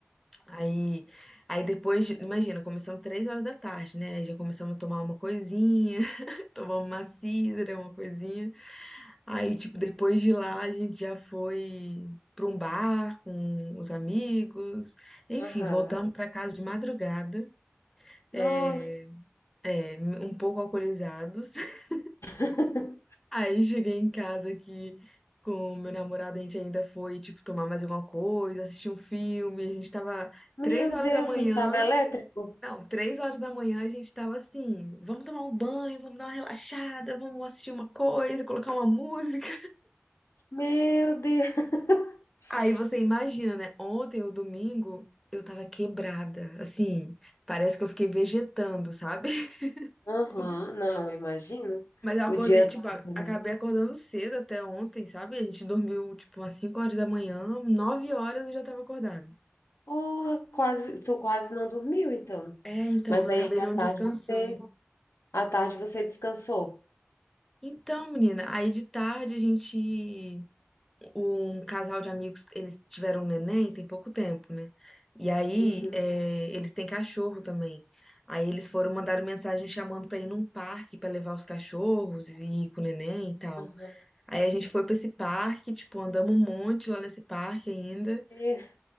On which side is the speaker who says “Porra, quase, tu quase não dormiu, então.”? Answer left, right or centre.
Left